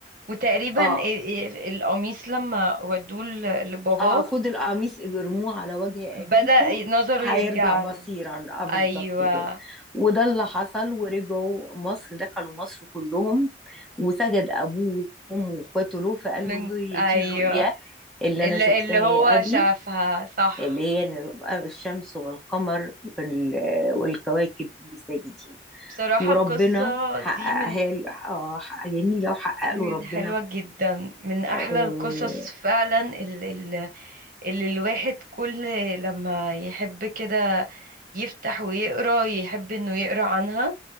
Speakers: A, on the right (about 50°); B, in the centre.
A: وتقريبا
B: اه
A: ال- ال- القميص لما ودوه ل- لباباه
B: اه خد القميص اجرموه على وجه
A: بدأ
B: ابيكم
A: ي- نظره
B: هيرجع
A: يرجع
B: بصيرا
A: له
B: اه بالظبط
A: ايوه
B: كده وده اللي حصل ورجعوا مصر دخلوا مصر كلهم وسجد ابوه وامه واخواته له فقال
A: من
B: له هي
A: ايوه
B: دي الرؤيا اللي
A: اللي,
B: انا شفتها
A: اللي هو
B: يا ابي
A: شافها صح
B: اللي هي إن الق- الشمس والقمر وال- والكواكب دي ازاي جديد
A: بصراحة
B: وربنا
A: القصة
B: حققها
A: دي من
B: له آه، حق- جميلة وحقق
A: من
B: له ربنا
A: حلوة جدا من احلى
B: آه،
A: القصص فعلا اللي الواحد كل لما يحب كده يفتح ويقرا يحب انه يقرا عنها